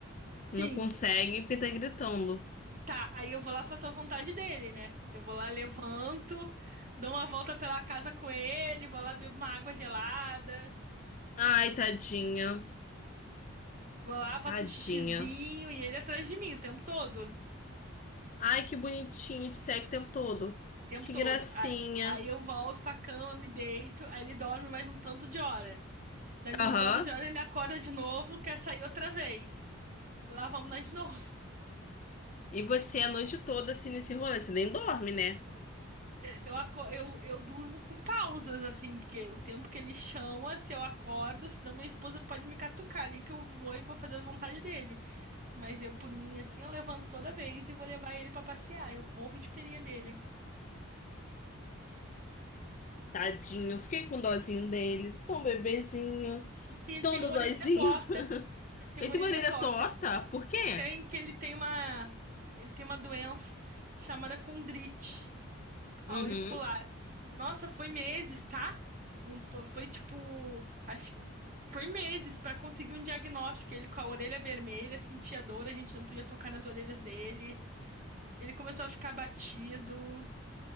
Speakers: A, on the right (about 40°); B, on the left (about 35°).
A: Sim.
B: não consegue porque tá gritando.
A: Tá, aí eu vou lá faço a vontade dele, né? Eu vou lá, levanto, dou uma volta pela casa com ele, vou lá, bebo uma água gelada,
B: Ai, tadinha.
A: vou lá, faço
B: Tadinha.
A: um xixizinho e ele atrás de mim o tempo todo.
B: Ai, que bonitinho, te segue o tempo todo.
A: O tempo
B: Que
A: todo.
B: gracinha.
A: Aí, aí eu volto pra cama, me deito, aí ele dorme mais um tanto de hora. Dali
B: Aham.
A: um tanto de hora ele acorda de novo, quer sair outra vez. Lá vamos nós de novo.
B: E você a noite toda assim nesse rolê, você nem dorme, né?
A: Eu, aco- eu, eu durmo com pausas, assim, porque o tempo que ele chama, se eu acordo, senão minha esposa pode me catucar ali que eu vou e vou fazer a vontade dele. Mas eu, por mim, assim, eu levanto toda vez e vou levar ele pra passear. Eu morro de perinha dele.
B: Tadinho, fiquei com dozinho dele. Tão bebezinho,
A: Sim, ele
B: tão
A: tem
B: dodóizinho.
A: uma orelhinha torta.
B: <laughs>
A: Ele tem
B: Ele
A: uma
B: tem
A: orelhinha
B: uma orelha
A: torta.
B: torta, por quê?
A: Tem que ele tem uma. Ele tem uma doença chamada condrite auricular.
B: Uhum.
A: Nossa, foi meses, tá? Um, fo- foi, tipo, acho, foi meses pra conseguir um diagnóstico. Ele com a orelha vermelha, sentia dor, a gente não podia tocar nas orelhas dele. Ele começou a ficar batido